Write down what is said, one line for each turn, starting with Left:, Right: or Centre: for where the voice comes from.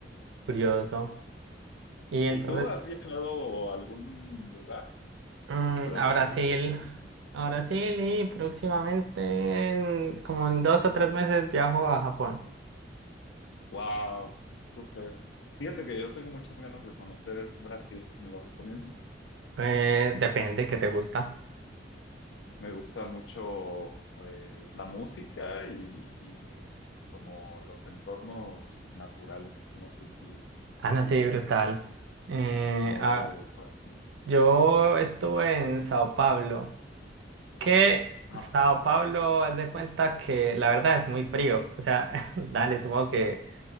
Right: curioso. Y entonces,
Left: ¿Y tú has viajado a algún lugar
Right: mm,
Left: fuera
Right: a
Left: de
Right: Brasil,
Left: tu país?
Right: a Brasil y próximamente, en- como en dos o tres meses, viajo a Japón.
Left: Wow, súper. Fíjate que yo tengo muchas ganas de conocer Brasil. ¿Me lo recomiendas?
Right: Eh, depende, ¿qué te gusta?
Left: Me gusta mucho, pues, la música y, y como los entornos naturales. No sé si,
Right: Ah,
Left: si
Right: no,
Left: tú
Right: sí,
Left: viajaste
Right: brutal.
Left: por,
Right: Eh,
Left: por algo
Right: ah,
Left: parecido.
Right: yo estuve en Sao Paulo, que
Left: Ajá.
Right: Sao Paulo, haz de cuenta que la verdad es muy frío. O sea, <laughs> dale, supongo que